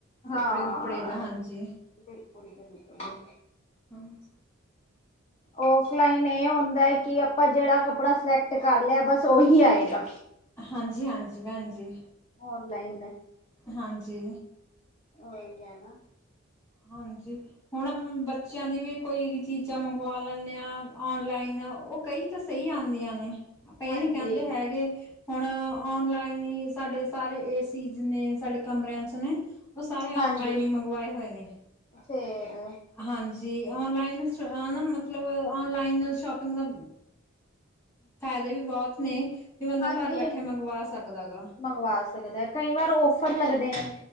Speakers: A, on the left (about 15°); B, on the left (about 30°).
A: ਕੱਪੜੇ-ਕੁਪੜੇ
B: ਹਾਂ
A: ਦਾ ਹਾਂਜੀ,
B: ਬਿਲਕੁਲ ਬਿਲਕੁਲ।
A: ਹਾਂਜੀ। <inaudible>
B: ਓਫਲਾਈਨ ਏ ਹੁੰਦਾ ਐ ਕੀ ਆਪਾਂ ਜੇੜਾ ਕੱਪੜਾ ਸਿਲੈਕਟ ਕਰ ਲਿਆ ਬਸ ਓਹੀ ਆਏਗਾ।
A: ਹਾਂਜੀ-ਹਾਂਜੀ ਭੈਨ ਜੀ।
B: ਓਨਲਾਈਨ
A: ਹਾਂਜੀ।
B: ਓਈ ਐ ਨਾ।
A: ਹਾਂਜੀ। ਹੁਨ ਬੱਚੇਆਂ ਦੀ ਵੀ ਕੋਈ ਚੀਜ਼ਾਂ ਮੰਗਵਾ ਲੈਂਨੇ ਆਂ ਔਨਲਾਈਨ ਓ ਕਈ ਤਾਂ ਸਈ ਆਂਦੀਆਂ ਨੇ ਆਪਾਂ ਏ
B: ਹਾਂਜੀ
A: ਨੀ ਕੈਂਦੇ ਹੈਗੇ। ਹੁਨ ਔਨਲਾਈਨ ਈ ਸਾਡੇ ਸਾਰੇ ਏਸੀ ਜਿਨੇ ਸਾਡੇ ਕਮਰੇਆਂ ਚ ਨੇ ਓ ਸਾਰੇ
B: ਹਾਂਜੀ
A: ਔਨਲਾਈਨ ਹ਼ਈ ਮੰਗਵਾਏ ਹੋਏ ਨੇ।
B: ਫੇਰ
A: ਹਾਂਜੀ, ਔਨਲਾਈਨ ਚ ਨਾ ਮਤਲਬ ਔਨਲਾਈਨ ਸ਼ੋਪਿੰਗ ਦਾ ਫੈਦੇ ਵੀ ਬੋਤ ਨੇ ਵੀ ਬੰਦਾ
B: ਹਾਂਜੀ
A: ਘਰ ਬੈਠੇ ਮੰਗਵਾ ਸਕਦੈ ਗਾ।
B: ਮੰਗਵਾ ਸਕਦਾ ਕਈ ਵਾਰ ਓਫਰ ਲੱਗਦੇ ਨੇ।